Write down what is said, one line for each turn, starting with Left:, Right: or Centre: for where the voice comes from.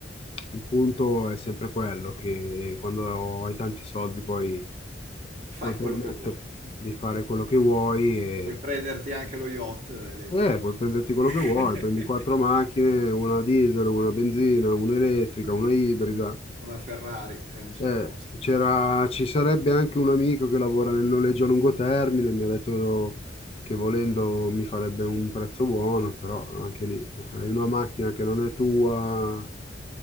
Left: il punto è sempre quello che quando hai tanti soldi poi
Right: Fai
Left: puoi permetterti
Right: quello che vuoi. <laughs>
Left: di fare quello che vuoi e
Right: Puoi prenderti anche lo yacht elettrico,
Left: eh, puoi
Right: sì.
Left: prenderti
Right: <laughs>
Left: quello che vuoi, prendi quattro macchine, una diesel, una benzina, una elettrica, una ibrida.
Right: Una Ferrari, eh, sei
Left: Eh,
Right: a posto.
Left: c'era- ci sarebbe anche un amico che lavora nel noleggio a lungo termine, mi ha detto che volendo mi farebbe un prezzo buono, però anche lì eh, hai una macchina che non è tua,